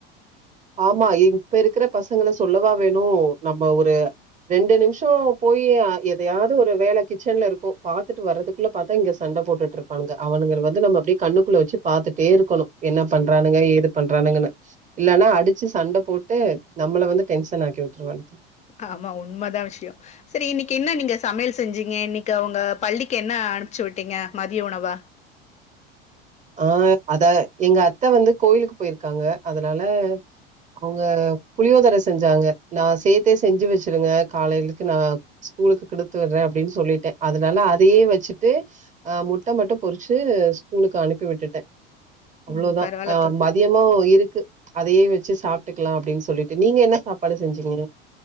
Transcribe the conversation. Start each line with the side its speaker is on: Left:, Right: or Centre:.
Right: ஆமா இப்ப இருக்கிற பசங்கள சொல்லவா வேணு நம்ம ஒரு ரெண்டு நிம்ஷோ போயி அ எதையாது ஒரு வேல கிச்சன்ல இருக்கு பாத்துட்டு வரதுக்குள்ள பாத்தா இங்க சண்ட போட்டுட்டுருப்பானங்க அவனுங்கள வந்து நம்ப அப்டே கண்ணுக்குள்ள வெச்சி பாத்துட்டே இருக்கணு என்ன பண்றானுங்க ஏது பண்றானுங்கனு இல்லனா அ அடிச்சி சண்ட போட்டு நம்மள வந்து டென்ஷன் ஆக்கி விட்டுருவானுங்க
Left: ஆமா உண்ம தா விஷியோ செரி இன்னிக்கி என்ன நீங்க சமையல் செஞ்சிங்க இன்னிக்கு அவுங்க பள்ளிக்கு என்ன அனுப்ச்சி விட்டீங்க மதிய உணவா
Right: ஆ அத எங்க அத்த வந்து கோயிலுக்கு போயிருக்காங்க அதனால அவுங்க புளியோதர செஞ்சாங்க நா சேத்தே செஞ்சு வெச்சிருங்க காலையிலுக்கு நா ஸ்கூலுக்கு குடுத்து விட்றே அப்டின் சொல்லிட்டே அதுனால அதயே வச்சுட்டு அ முட்ட மட்டு பொறுச்சு ஸ்கூலுக்கு அனுப்பி விட்டுட்டே அவ்ளோதா
Left: ம் பரவால்ல
Right: அ
Left: தோ
Right: ம அதிகமா இருக்கு அதயே வச்சு சாப்ட்டுக்கலா அப்டின் சொல்லிட்டு நீங்க என்ன சாப்பாடு செஞ்சீங்க